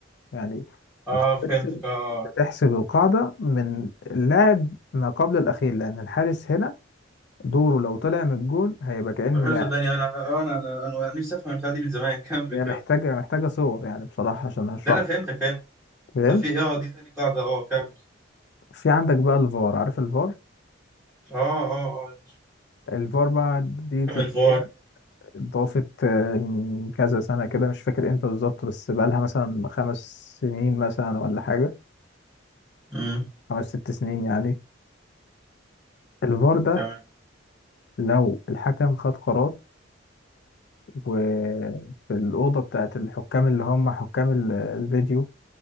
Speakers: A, on the left (about 55°); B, in the centre.
A: يعني
B: اه
A: انت
B: فهمتك
A: بتحسب
B: اه آه.
A: بتحسب القاعده من اللاعب ما قبل الاخير لان الحارس هنا دوره لو طلع من الجون هيبقى كانه
B: طب حلو
A: لاعب
B: صدقني انا آه، انا انا انا نفسي افهم البتاعة دي من زمان <laughs> كمل
A: هي محتاجه
B: كمل
A: محتاجه صور يعني بصراحه عشان اشرح
B: لا انا
A: لك
B: فهمتك فهمت
A: فاهم
B: طب في إيه؟ اه دي تاني قاعدة اه كمل
A: في عندك بقى الفار عارف الفار
B: اه اه اه اه.
A: الفار بقى دي تقنيه
B: كمل فار
A: اتضافت آه، من كذا سنة كده مش فاكر امتى بالظبط بس بقالها مثلا خمس سنين مثلا ولا حاجة
B: امم
A: خمس ست سنين يعني الفار ده
B: تمام
A: لو الحكم خد قرار وفي الأوضة بتاعت الحكام اللي هم حكام ال- الفيديو